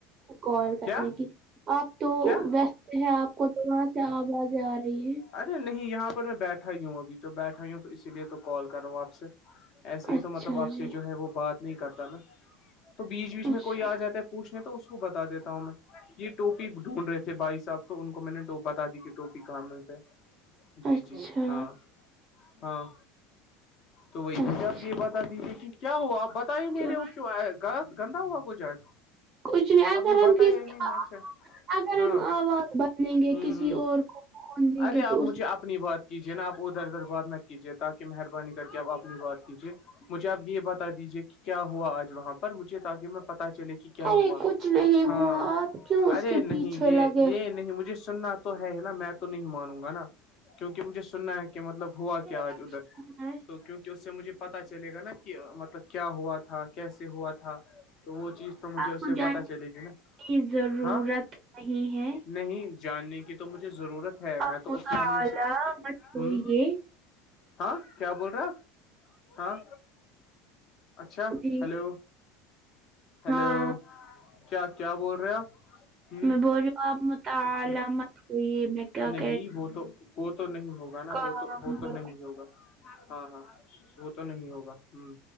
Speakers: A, on the right (about 25°); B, on the left (about 40°).
A: کال کرنے
B: کیا
A: کی آپ تو
B: کیا
A: ویسٹ ہے آپ کو تو وہاں سے آوازیں آ رہی ہے
B: ارے نہیں یہاں پر میں بیٹھا ہی ہوں ابھی تو بیٹھا ہی ہوں تو اسی لیے تو کال کر رہا ہوں آپ سے ایسے ہی
A: اچھا
B: تو مطلب آپ
A: جی
B: سے جو ہے وہ بات نہیں کرتا نا تو بیچ بیچ میں
A: اچھا
B: کوئی آ جاتا پوچنے تو اس کو بتا دیتا ہوں میں یہ ٹپی ڈھونڈ رہے تھے بھائی صاحب تو ان کو میں نے تو بتا دیجے کہ ٹوپی کہاں ملتا ہے جی
A: اچھا
B: جی ہاں ہاں تو وہی
A: اچھا
B: مجھے آپ یہ بتا دیجیے کہ کیا ہوا آپ بتے میرے
A: کیا-
B: وہ غلط گندا ہوا کچھ آج
A: کچھ نہیں اگر
B: آپ نے
A: ہم
B: بتایا
A: کسی
B: ہی نہیں اچھا
A: اگر
B: ہاں
A: ہم آواز بنیں گے
B: ہوں
A: کسی
B: ہوں
A: اور کو فون دیں
B: ارے
A: گے
B: آپ
A: تو
B: مجھے
A: اس
B: اپنی بات کیجیے نا آپ ادھر ادھر بات نہ کیجیے تاکہ مہربانی کر کے آپ اپنی بات ے مجھے آپ یہ بتا دیجیے کہ کیا ہوا آج وہاں پر مجھے تاکہ میں پتا چلے کہ کیا
A: ارے
B: ہوا
A: کچھ نہیں
B: ہاں
A: ہوا آپ کیوں اس
B: ارے
A: کے
B: نہیں
A: پیچھے
B: یہ
A: لگے
B: یہ نہیں مجھے سننا تو ہے نا میں تو نہیں مانوں گا نا کیونکہ مجھے سننا ہے کہ کہ مطلب ہوا
A: ہوتے
B: کیا آج ادھر
A: ہیں
B: تو کیونکہ کہ اس سے مجھے پتا چلے گا نا کہ مطلب کیا ہوا تھا کیسے ہوا تھا تو وہ چیز تو مجھے
A: آپ
B: اس
A: کو
B: سے
A: جاننے
B: پتا چلیں گے نا
A: کی ضرورت
B: ہاں
A: نہیں ہے
B: نہیں جاننے کی تو مجھے ضرورت ہے
A: آپ
B: میں تو
A: مطالعہ
B: اس معاملے سے
A: مت
B: ہ
A: ہوئیے
B: ہاں کیا بول رہے آپ ہاں اچھا
A: جی
B: ہلو ہلو
A: ہاں
B: کیا کیا بول رہے آپ ہوں
A: میں بول رہی ہوں آپ مطالعہ
B: اچھا
A: مت ہوئیے میں کیا کہ
B: نہیں وہ تو وہ تو نہیں ہوگا نا
A: کام
B: وہ تو وہ تو
A: بخش۔
B: نہیں ہوگا ہاں ہاں وہ تو نہیں ہوگا ہ